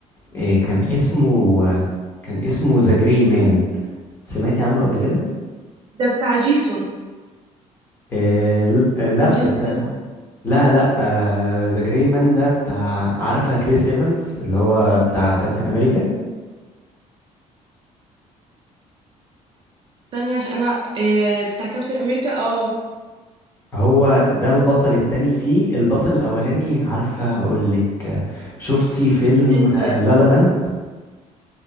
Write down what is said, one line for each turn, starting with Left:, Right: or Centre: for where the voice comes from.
Left: آه كان اسمه كان اسمه ذا جري مان سمعتي عنه قبل كده
Right: ده بتاع جيسون
Left: آه ل- آه، لا
Right: جيجي ستاثام
Left: لا لا ذا جراي مان ده بتاع عارفه كريس ايفانس اللي هو بتاع كابتن امريكا
Right: ثانية عشان انا إيه بتاع كابتن امريكا اه
Left: هو ده البطل التاني فيه البطل الاولاني عارفه هقول لك شفتي فيلم
Right: ال
Left: آه، لا لا لاند